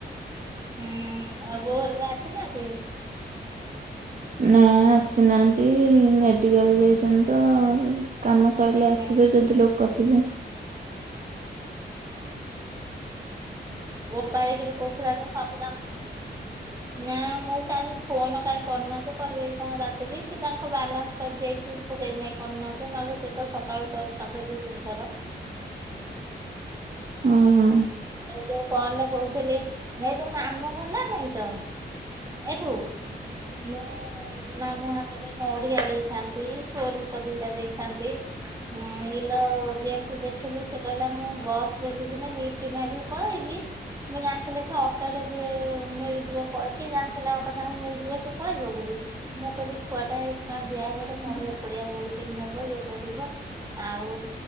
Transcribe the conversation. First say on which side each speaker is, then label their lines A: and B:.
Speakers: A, on the right; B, on the right.
A: ହୁଁ ଆଉ ବୋଉ ହେରିକା ଆସିନାହାଁନ୍ତି?
B: ନା ଆସିନାହାଁନ୍ତି ମେଡିକାଲ ଯାଇ ପର୍ଯ୍ୟନ୍ତ କାମ ସରିଲେ
A: ହୁଁ
B: ଆସିବେ ଯଦି ଲୋକ ଥିବେ।
A: ଗୋପାଳି କିନ୍ତୁ କହୁଥିଲା ତ ସବୁ କାମ ନା ମଉସା ଆଜି ଫୋନ କାହିଁ କରିନାହାଁନ୍ତି କରିବେ କି କଣ ରାତିକି। କି ତାଙ୍କ ବାଲାନ୍ସ ସରିଯାଇଛି ସେଇଥି ନାଇଁ କରିନନାହାଁନ୍ତି ନହେଲେ ସେ ତ ସକାଳୁ କରିଥାନ୍ତେ ଦି ତିନିଥର।
B: ହଁ ହଁ।
A: ଏ ଯୋଉ କଲ କହୁଥିଲି ଏ ଯୋଉ ମାମ ଗଲା ନାଇଁ ତ ଏଠୁ ମୁଁ ନା ହା ରେ ନଡିିଆ ଦେଇଥାନ୍ତି, ସୋରିଷ ଦିଟା ଦେଇଥାନ୍ତି, ଉଁ ଇଲୋ ଯେମତି ଦେଖିଲି ସେ କହିଲା ମୁଁ ବସ ରେ ଯିବିନି ନି ଫ୍ଟ ମାଗିକି ପଳେଇବି ମୁଁ ଜାଣିଥିଲି ସେ ଅଟୋରେ ମିଳିଯିବ ପଳେଇ କିଏ ଜାଣିଥିଲା ଅଟୋ ତାଙ୍କୁ ମିଳିଯିବ ସେ ପଳେଇଯିବ ବୋଲି। ମୁଁ କହିଲି ଛୁଆଟା ଆଇଥିଲା ବ୍ୟାଗ୍ ରେ ନଡ଼ିଆ ନଡିଆ ବୋହିକିରି ନେବ ଇଏ କରିବ ଆଉ